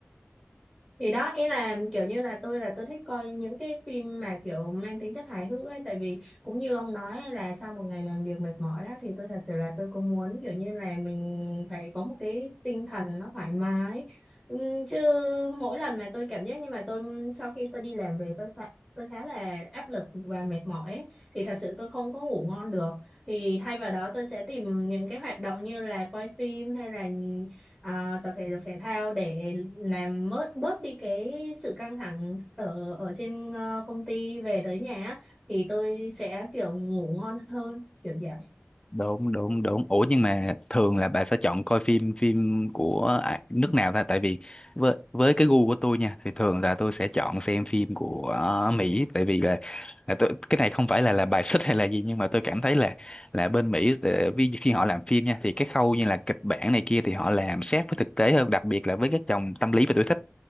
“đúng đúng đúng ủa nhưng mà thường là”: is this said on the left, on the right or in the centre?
Left